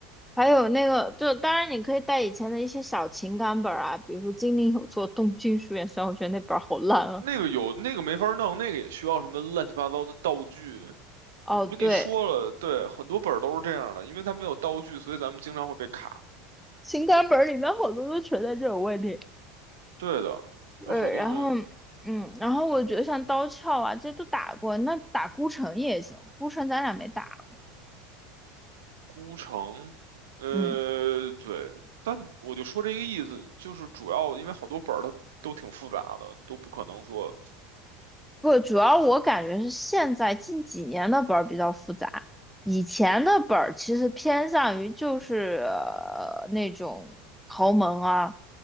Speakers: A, in the centre; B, on the right.
A: 还有那个，就当然你可以带以前的一些小情感本儿啊，比如说《金陵有座东京书院》，虽然我觉得那本儿好烂啊。
B: 那个有，那个没法弄，那个也需要什么乱七八糟的道具。
A: 哦，
B: 我跟你说了，
A: 对，
B: 对，很多本儿都是这样的，因为它没有道具，所以咱们经常会被卡。
A: 情感本儿里面好多都存在这种问题。
B: 对的，有好多东西，
A: 呃，然后嗯，然后我觉得像刀鞘啊，这都打过，那打孤城也行，孤城咱俩没打，
B: 孤城，呃，
A: 嗯。
B: 对，但我就说这个意思，就是主要因为好多本儿它都挺复杂的，都不可能说，
A: 不，主要我感觉是现在近几年的本儿比较复杂，以前的本儿其实偏向于就是、呃、那种豪门啊，